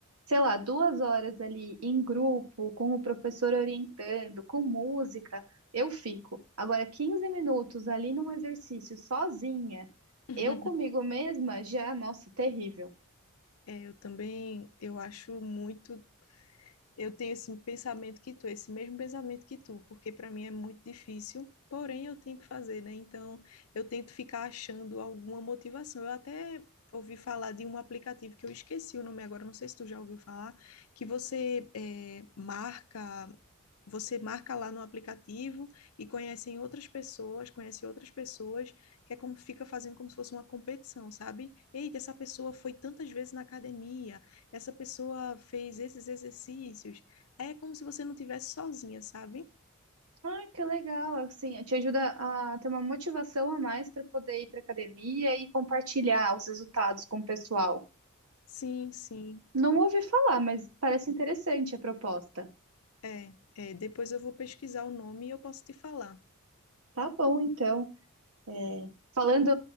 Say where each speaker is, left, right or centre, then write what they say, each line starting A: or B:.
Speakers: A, on the right; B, on the left.
A: sei lá, duas horas ali em grupo, com o professor orientando, com música, eu fico. Agora, 15 minutos ali num exercício sozinha,
B: <laughs>
A: eu comigo mesma, já, nossa, terrível.
B: É, eu também, eu acho muito eu tenho esse pensamento que tu, esse mesmo pensamento que tu, porque para mim é muito difícil, porém eu tenho que fazer, né? Então eu tento ficar achando alguma motivação. Eu até ouvi falar de um aplicativo que eu esqueci o nome agora, não sei se tu já ouviu falar, que você eh, marca. Você marca lá no aplicativo e conhecem outras pessoas, conhece outras pessoas, que é como fica fazendo como se fosse uma competição, sabe? Eita, essa pessoa foi tantas vezes na academia, essa pessoa fez esses exercícios. Aí é como se você não tivesse sozinha, sabe?
A: Ah, que legal, assim, te ajuda a ter uma motivação a mais para poder ir para academia e compartilhar os resultados com o pessoal.
B: Sim, sim.
A: Não ouvi falar, mas parece interessante a proposta.
B: É, é. Depois eu vou pesquisar o nome e eu posso te falar.
A: Tá bom, então. É, falando,